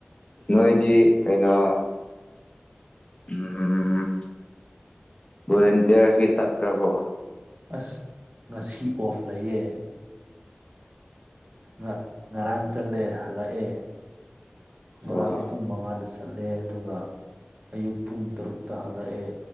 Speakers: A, on the left; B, on the right.
A: ꯅꯣꯏꯗꯤ ꯀꯩꯅꯣ ꯎꯝ ꯣꯔꯦꯟꯇꯁꯤꯀꯤ ꯆꯇ꯭ꯔꯔꯕ
B: ꯑꯁ ꯉꯁꯤ ꯑꯣꯐ ꯂꯩꯌꯦ ꯉ ꯉꯔꯥꯡ ꯆꯠꯂꯦ ꯍꯜꯂꯛꯑꯦ ꯉꯔꯥꯡ
A: ꯑꯣ
B: ꯄꯨꯡ ꯃꯉꯥꯗ ꯆꯠꯂꯦ ꯑꯗꯨꯒ ꯑꯌꯨꯛ ꯄꯨꯡ ꯇꯔꯨꯛꯇ ꯍꯜꯂꯛꯑꯦ